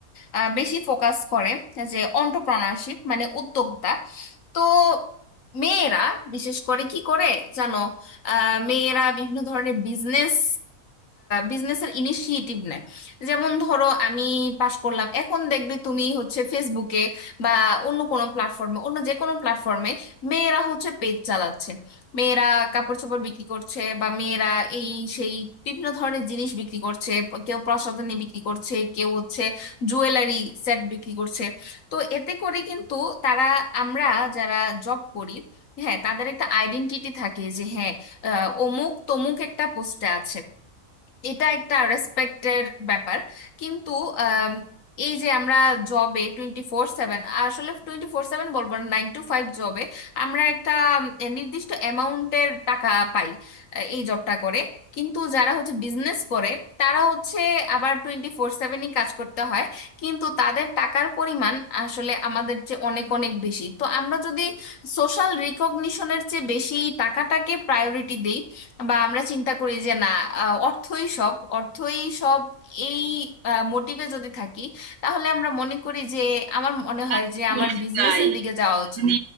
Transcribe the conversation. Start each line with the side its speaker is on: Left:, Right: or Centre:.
Left: আহ, বেশি ফোকাস করে যে অন্টারপ্রেনারশিপ মানে উদ্যোক্তা তো মেয়েরা বিশেষ করে কি করে জানো আহ, মেয়েরা বিভিন্ন ধরনের বিজনেস বিজনেসের ইনিশিয়েটিভ নেয় যেমন ধরো আমি পাশ করলাম এখন দেখবে তুমি হচ্ছে ফেসবুকে বা অন্য কোনো প্ল্যাটফর্মে অন্য যে কোনো প্ল্যাটফর্মে মেয়েরা হচ্ছে পেজ চালাচ্ছে মেয়েরা কাপড় চোপড় বিক্রি করছে বা মেয়েরা এই সেই বিভিন্ন ধরনের জিনিস বিক্রি করছে কেউ প্রসাধনী বিক্রি করছে কেউ হচ্ছে জুয়েলারি সেট বিক্রি করছে তো এতে করে কিন্তু তারা আমরা যারা জব করি হ্যাঁ তাদের একটা আইডেন্টিটি থাকে যে হ্যাঁ আহ, অমুক তমুক একটা পোস্টে আছে এটা একটা রেসপেক্টের ব্যাপার কিন্তু আম, এই যে আমরা জবে টোয়েন্টি ফোর সেভেন আসলে টোয়েন্টি ফোর সেভেন বলবো না নাইন টু ফাইভ জবে আমরা একটা উম, নির্দিষ্ট অ্যামাউন্টের টাকা পাই আহ, এই জবটা করে কিন্তু যারা হচ্ছে বিজনেস করে তারা হচ্ছে আবার টোয়েন্টি ফোর সেভেনই কাজ করতে হয় কিন্তু তাদের টাকার পরিমাণ আসলে আমাদের চেয়ে অনেক অনেক বেশি তো আমরা যদি সোশ্যাল রিকগনিশনের চেয়ে বেশি টাকাটাকে প্রায়োরিটি দিই বা আমরা চিন্তা করি যে না আহ, অর্থই সব অর্থই সব এই মোটিভে যদি থাকি তাহলে আমরা মনে করি যে আমার মনে হয়
Right: আসলে
Left: যে আমার বিজনেসের
Right: তাই
Left: দিকে যাওয়া উচিত
Right: মানে